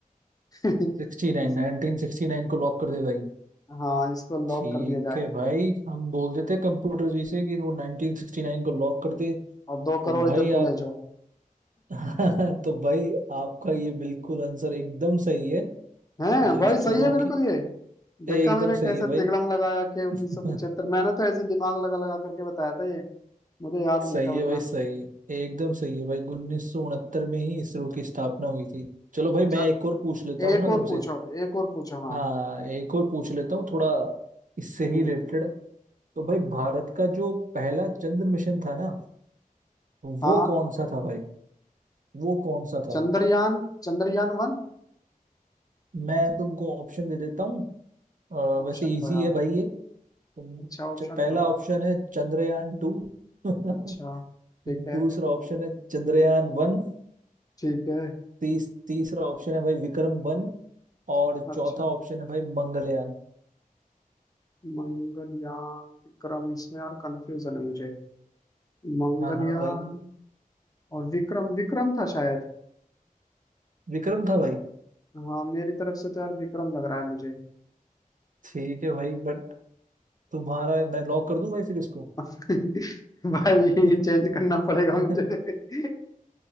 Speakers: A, on the left; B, on the right.
A: <laughs>
B: 69
A: इस-
B: 1969 को लॉक कर दे भाई
A: हाँ इसको लॉक
B: ठीक
A: कर दिया जाए
B: है भाई हम बोल देते हैं कंप्यूटर जी से कि वो 1969 को लॉक कर दे
A: और दो
B: तो
A: करोड़
B: भाई
A: इधर को
B: आप
A: भेजो
B: <laughs> तो भाई आपका ये बिल्कुल आंसर एकदम सही है
A: हैं
B: जो
A: भाई
B: इसरो
A: सही है बिल्कुल
B: की
A: ये देखा
B: एकदम
A: मैंने कैसे
B: सही है भाई
A: तिकड़म लगाया कि 1975
B: <laughs>
A: मैंने तो ऐसे दिमाग लगा लगा करके बताया था ये मुझे याद
B: सही
A: नहीं था वरना
B: है भाई सही है एकदम सही है भाई उन्नीस सौ उनहत्तर में ही इसरो की स्थापना हुई थी चलो भाई
A: चल
B: मैं एक और पूछ लेता हूँ
A: एक
B: ना तुमसे
A: और पूछो एक और पूछो हाँ
B: हाँ एक और पूछ लेता हूँ थोड़ा इससे
A: हम्म
B: ही रिलेटेड तो भाई भारत का जो पहला चंद्र मिशन था ना
A: हाँ
B: वो कौन सा था भाई वो कौन सा था
A: चंद्रयान चंद्रयान वन
B: मैं तुमको ऑप्शन दे देता हूँ अ,
A: ऑप्शन
B: वैसे इजी
A: दो यार
B: है भाई ये तुम
A: अच्छा ऑप्शन
B: च- पहला
A: दो
B: ऑप्शन है चंद्रयान टू <laughs>
A: अच्छा ठीक है
B: दूसरा ऑप्शन है चंद्रयान वन
A: ठीक है
B: तीस तीसरा ऑप्शन है भाई विक्रम वन और चौथा
A: अच्छा
B: ऑप्शन है भाई मंगलयान
A: मंगलयान विक्रम इसमें यार कंफ्यूजन है मुझे मंगलयान
B: हाँ हाँ भाई
A: और विक्रम विक्रम था शायद
B: विक्रम था भाई
A: हाँ मेरी तरफ से तो यार विक्रम लग रहा है मुझे
B: ठीक है भाई बट तुम्हारा मैं लॉक कर दूं भाई फिर इसको
A: <laughs> भाई ये
B: <laughs>
A: चेंज करना पड़ेगा
B: <laughs>
A: मुझे <laughs>